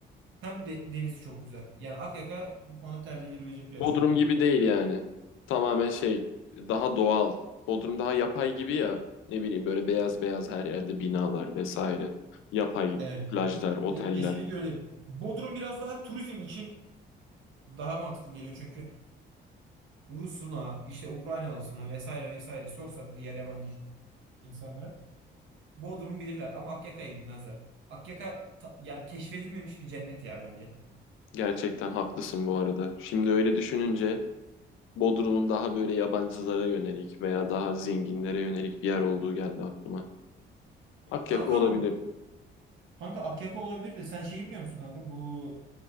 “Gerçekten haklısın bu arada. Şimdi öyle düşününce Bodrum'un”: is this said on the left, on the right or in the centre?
Left